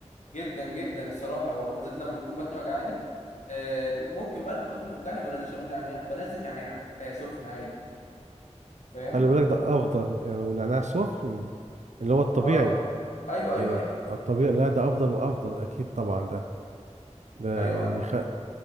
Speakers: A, on the left; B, on the right.
A: جدا جدا الصراحه وبالذات لما بتكون بطني وجعاني آه، ممكن بقى لما بطني بتوجعني ما بنزلش ليمون نعناع بنزل نعناع آه، سخن عادي فاهم
B: خلي بالك ده افضل يعني لو النعناع سخن اللي هو الطبيعي
A: اه ايوه ايوه
B: يعني
A: ايوه
B: الطبيعي لا ده افضل وافضل اكيد طبعا ده ده
A: ايوه
B: يخ...